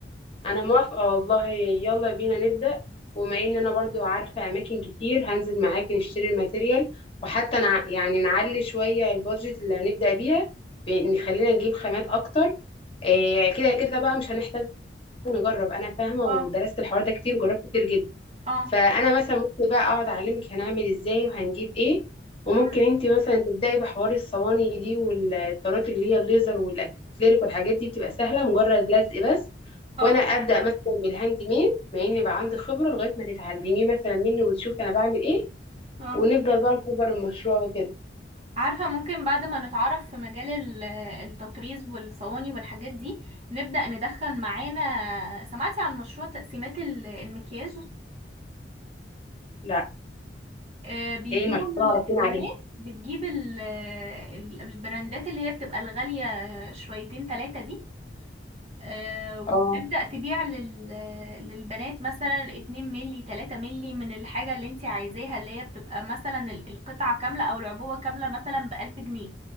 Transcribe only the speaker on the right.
اه
اه
مم.
اه
اه
عارفة ممكن بعد ما نتعرف في مجال ال- التطريز والصواني والحاجات دي نبدأ ندخل معانا سمعتي عن مشروع تقسيمات ال- المكياج
آه، بيجيبوا
ال-
البنات
بتجيب ال- آه، ال- البراندات اللي هي بتبقى الغالية آه، شويتين تلاتة دي آه، وبتبدأ
تبيع لل- آه، للبنات مثلا 2 ملي 3 ملي من الحاجة اللي انت عايزاها اللي هي بتبقى مثلا ال- القطعة كاملة أو العبوة كاملة مثلا بألف جنيه